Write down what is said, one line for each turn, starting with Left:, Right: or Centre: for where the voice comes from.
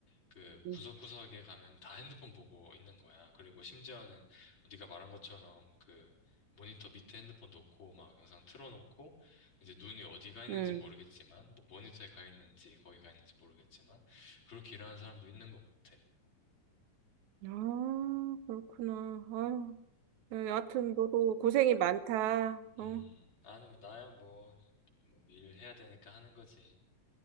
Left: 그
Right: 응.
Left: 구석구석에 가면 다 핸드폰 보고 있는 거야. 그리고 심지어는 네가 말한 것처럼 그 모니터 밑에 핸드폰 놓고 막 영상 틀어놓고 이제 눈이 어디 가 있는지
Right: 응.
Left: 모르겠지만 뭐 모니터에 가 있는지 거기 가 있는지 모르겠지만 그렇게 일하는 사람도 있는 것 같아.
Right: 아, 그렇구나. 아, 여하튼 너도 고생이 많다. 어?
Left: 음, 나는, 뭐- 나야 뭐, 뭐, 일해야 되니까 하는 거지.